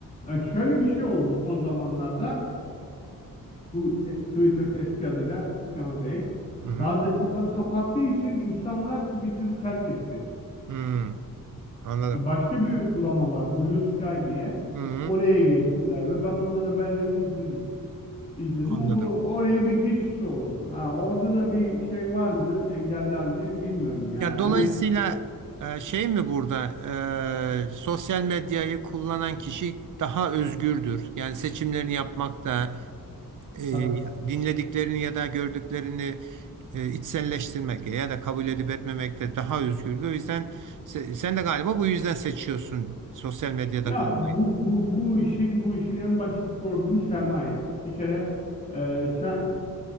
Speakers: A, on the left; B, on the right.
A: E, şöyle bir şey oldu son zamanlarda. Bu e, Twitter eski adıyla şu anda X.
B: Hı hı.
A: Bazı hesapları kapattığı için insanlar Twitter'ı terk etti.
B: Hmm, anladım.
A: E, Başka bir uygulama var. Blue Sky diye.
B: Hı hı.
A: Oraya geçtiler ve ben bunların haberlerini izledim. izledim.
B: Anladım.
A: O bu oraya bir geçiş oldu. Ha, orada da bir şey var mı? Engeller mi? Bilmiyorum yani.
B: Ya dolayısıyla
A: Hani
B: e, şey mi burada e, sosyal medyayı kullanan kişi daha özgürdür. Yani seçimlerini yapmakta, e,
A: tabii.
B: dinlediklerini ya da gördüklerini e, içselleştirmekte ya da kabul edip etmemekte daha özgürdür. O yüzden se- sen de galiba bu yüzden seçiyorsun sosyal medyada
A: Ya
B: kalmayı.
A: bu bu bu işin bu işin en baştaki problemi sermaye. Bir kere e, sen